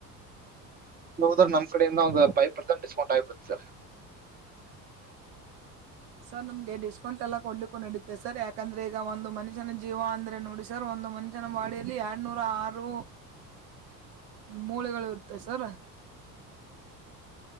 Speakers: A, on the right (about 20°); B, on the right (about 55°).
A: ಹೋದ್ರ ನಮ್ಮ ಕಡಿಂದ ಒಂದ ಪೈ ಪರ್ಸೆಂಟ್ ಡಿಸ್ಕೌಂಟ್ ಆಗಿಬಿಡತ್ತಾ ಸರ್.
B: ಸರ್ ನಮ್ಗೆ ಡೈಕೌಂಟ್ ಎಲ್ಲ ಕೊಡ್ಲಿಕ್ಕು ಇಡುತ್ತೆ ಸರ್ ಯಾಕಂದ್ರೆ ಈಗ ಒಂದ ಮನುಷ್ಯನ ಜೀವ ಅಂದ್ರೆ ನೋಡಿ ಸ್ ಸರ್ ಒಂದು ಮನುಷ್ಯನ ಬಾಡಿಯಲ್ಲಿ ಎರಡುನೂರ ಆರ ಮೂಳೆಗಳು ಇರುತ್ತೆ ಸರ್